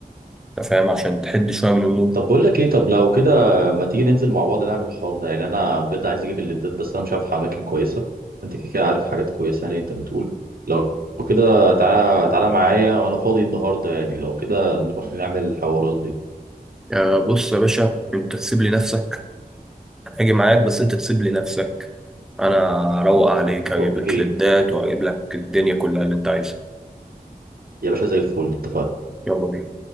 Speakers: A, in the centre; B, on the right.
A: انت فاهم عشان تحد شويه من النور
B: طب بقول لك ايه طب لو كده ما تيجي ننزل مع بعض نعمل الحوار ده يعني انا بجد عايز اجيب الليدات بس انا مش عارف اماكن كويسه انت كده كده عارف حاجات كويسه يعني انت بتقول لو كده تعالى تعالى معايا وانا فاضي النهارده يعني لو كده نروح نعمل الحوارات دي
A: آه بص يا باشا انت تسيب لي نفسك انا هاجي معاك بس انت تسيب لي نفسك انا اروق عليك اجيب
B: اوكي
A: لك ليدات واجيب لك الدنيا كلها اللي انت عايزها
B: يا باشا زي الفل اتفقنا
A: يلا بينا